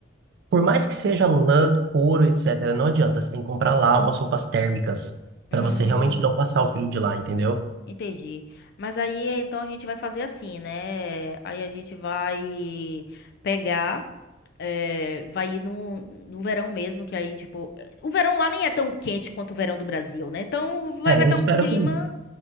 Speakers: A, on the right; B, on the left.
A: Por mais que seja lã, couro, etc., não adianta. Você tem que comprar lá umas roupas térmicas para
B: Hum.
A: você realmente não passar o frio de lá, entendeu?
B: Entendi. Mas aí então a gente vai fazer assim, né? Aí a gente vai pegar, eh, vai ir no, no verão mesmo, que aí, tipo, eh, o verão lá nem é tão quente quanto o verão do Brasil, né? Então vai
A: É,
B: vai
A: eu
B: estar
A: espero
B: um clima,
A: que.